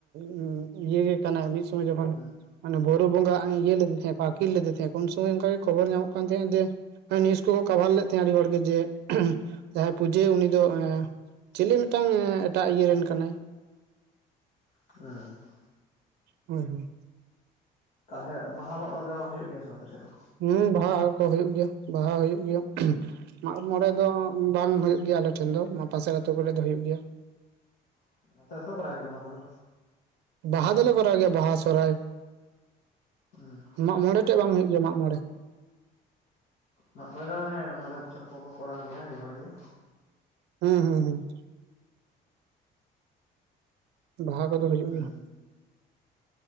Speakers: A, on the right (about 80°); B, on the left (about 80°).
A: <unintelligible> ᱤᱭᱟᱹ ᱜᱮ ᱠᱟᱱᱟᱭ ᱢᱤᱫ ᱥᱚᱢᱚᱭ ᱡᱚᱠᱷᱚᱱ
B: ᱦᱩᱸ
A: ᱢᱟᱱᱮ ᱵᱳᱨᱳ ᱵᱚᱸᱜᱟ ᱤᱭᱟᱹ ᱞᱮᱫᱮ ᱛᱟᱦᱮᱸᱜ ᱟᱠᱤᱨ ᱞᱮᱫᱮ ᱛᱟᱦᱮᱸᱫ ᱠᱚ ᱩᱱ ᱥᱚᱢᱚᱭ ᱚᱱᱠᱟᱜ ᱜᱮ ᱠᱷᱚᱵᱚᱨ ᱧᱟᱢᱚᱜ ᱠᱟᱱ ᱛᱟᱦᱮᱸᱜ ᱡᱮ, ᱱᱤᱭᱩᱡ ᱠᱚᱠᱚ ᱠᱟᱵᱷᱟᱨ ᱞᱮᱫ ᱛᱟᱦᱮᱸᱫ ᱟᱹᱰᱤ ᱦᱚᱲ ᱜᱮ ᱡᱮ ᱡᱟᱦᱟᱸᱭ ᱯᱩᱡᱟᱹᱭᱟ ᱩᱱᱤ ᱫᱚ ᱪᱤᱞᱤ ᱢᱤᱫᱴᱟᱝ ᱮᱴᱟᱜ ᱤᱭᱟᱹᱨᱮᱱ ᱠᱟᱱᱟᱭ᱾
B: <unintelligible>
A: ᱦᱳᱭ ᱦᱳᱭ
B: ᱛᱟᱦᱚᱞᱮ ᱵᱟᱦᱟ ᱢᱟᱜ ᱢᱚᱲᱮ ᱫᱚ ᱦᱩᱭᱩᱜ ᱜᱮᱭᱟ ᱥᱮ ᱟᱯᱮᱥᱮᱫ ᱫᱚ?
A: ᱦᱩᱸ ᱵᱟᱦᱟ ᱠᱚ ᱦᱩᱭᱩᱜ ᱜᱮᱭᱟ ᱵᱟᱦᱟ ᱦᱩᱭᱩᱜ ᱜᱮᱭᱟ, ᱢᱟᱜ ᱢᱚᱲᱮ
B: ᱦᱩᱸ
A: ᱫᱚ ᱩ ᱵᱟᱝ ᱦᱳᱭᱳᱜ ᱜᱮᱭᱟ ᱟᱞᱮᱴᱷᱮᱱ ᱫᱚ ᱯᱟᱥᱮᱨ ᱟᱹᱛᱩ ᱠᱚᱨᱮ ᱫᱚ ᱦᱩᱭᱩᱜ ᱜᱮᱭᱟ
B: <unintelligible> ᱵᱟᱯᱮ ᱠᱚᱨᱟᱣ ᱜᱮᱭᱟ ᱵᱟᱦᱟ ᱠᱚᱫᱚ?
A: ᱵᱟᱦᱟ ᱫᱚᱞᱮ ᱠᱚᱨᱟᱣ ᱜᱮᱭᱟ ᱵᱟᱦᱟ ᱥᱚᱨᱦᱟᱭ
B: ᱩᱸ
A: ᱢᱟᱜ ᱢᱚᱬᱮ ᱴᱮᱡ ᱵᱟᱝ ᱦᱩᱭᱩᱜ ᱜᱮᱭᱟ ᱢᱟᱜ ᱢᱚᱬᱮ
B: ᱢᱟᱜ ᱢᱚᱬᱮ ᱫᱚ ᱦᱟᱱᱮ ᱢᱚᱬᱮ ᱵᱚᱪᱷᱚᱨ ᱯᱚᱨ ᱠᱚ ᱠᱚᱨᱟᱣ ᱜᱮᱭᱟ ᱟᱹᱰᱤ ᱦᱚᱲ ᱜᱮ
A: ᱦᱩᱸ ᱦᱩᱸ ᱦᱩᱸ ᱵᱟᱦᱟ ᱠᱚᱫᱚ ᱦᱩᱭᱩᱜ
B: ᱦᱩᱸ
A: ᱜᱮᱭᱟ